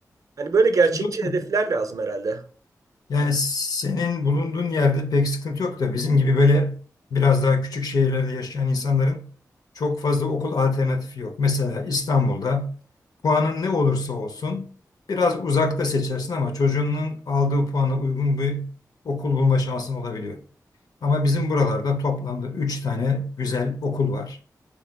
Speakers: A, on the right; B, on the left.
A: Hani böyle gerçekçi
B: Şimdi dostum,
A: hedefler lazım herhalde.
B: Yani senin bulunduğun yerde pek sıkıntı yok da bizim gibi böyle biraz daha küçük şehirlerde yaşayan insanların çok fazla okul alternatifi yok. Mesela İstanbul'da puanın ne olursa olsun biraz uzakta seçersin ama çocuğunun aldığı puana uygun bir okul bulma şansın olabiliyor. Ama bizim buralarda toplamda 3 tane güzel okul var